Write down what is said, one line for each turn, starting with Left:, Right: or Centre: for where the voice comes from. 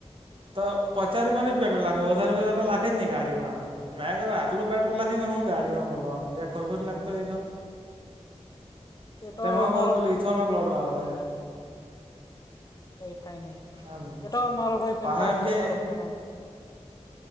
Right: તો પચાસ રૂપિયાનું જ પેટ્રોલ લાખે વધારે વધાર લાખે જ ની ગાડીમાં. મેં કરું આટલું પેટ્રોલ લાખી ને હું ગાડીમાં મલવાનું, જરાક હરખું જ લાખતો હોય તો.
Left: એ તો
Right: તેમાં હો
Left: મારો
Right: પાહું પેલું ઇથેનોલવાળું આવે.
Left: કંઇ થાયની,
Right: એમ
Left: એતો મારો ભાઈ
Right: પાહે
Left: પેલા
Right: એમ
Left: પચાસ
Right: કે
Left: રૂપિયાનો